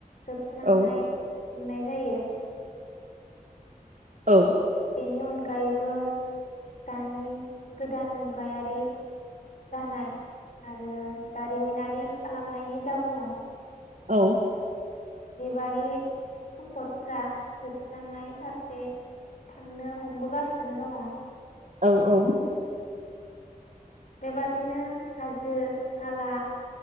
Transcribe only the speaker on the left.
जोबस्रांनाय
नुनाय जायो।
बेनि अनगायैबो दानि गोदान मुगायारि जानाय आरो दारिमिनारि खालामनायनि जाउनाव
जिबारि स'म्पदफ्रा जोबस्रांनाय फारसे थांनो हमबोगासिनो दङ।
बेबादिनो हाजो-हाला